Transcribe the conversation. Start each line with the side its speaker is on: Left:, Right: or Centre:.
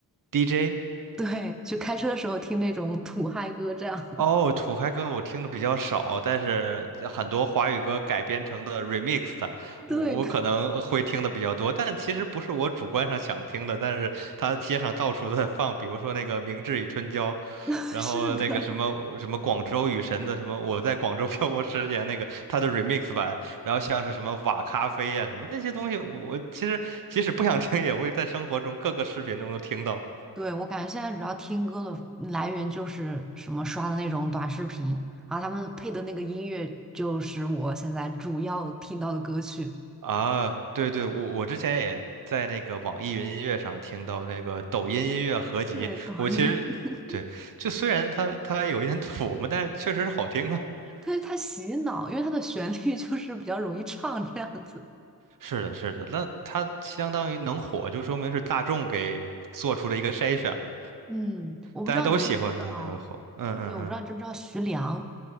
Right: ，DJ
Centre: <laughs> 对，就开车的时候听那种土嗨歌这样。<laughs>
Right: 哦，土嗨歌我听的比较少，但是呃很多华语歌改编成的 remix 的，
Centre: 对
Right: 我可能呃会听的比较多。但其实不是我主观上想听的，但是它街上到处都在放，比如说那个《明治与春娇》，
Centre: <laughs>
Right: 然后那个什么什么《广州雨神》的什么《我在广州漂泊十年》那个它的
Centre: 是的，
Right: remix 版，然后像是什么瓦咖啡啊什么那些东西，我其实即使不想听，也会在生活中各个视频中能听到。
Centre: 对，我感觉现在主要听歌的来源就是什么刷的那种短视频，然后他们配的那个音乐就是我现在主要听到的歌曲。
Right: 啊，对对，我我之前也在那个网易云音乐上听到那个抖音音乐合集，
Centre: 对，抖音。
Right: 我其实对，
Centre: <laughs>
Right: 就虽然它它有一点土嘛，但是确实是好听啊。<laughs>
Centre: 对，它洗脑，因为它的旋律就是比较容易唱这样子。
Right: 是的，是的，那它相当于能火，就说明是大众给做出了一个筛选嘛，
Centre: 嗯，我不知道你知不知道，
Right: 大家都喜欢它才会火。嗯嗯嗯，
Centre: 对，我不知道你知不知道徐良，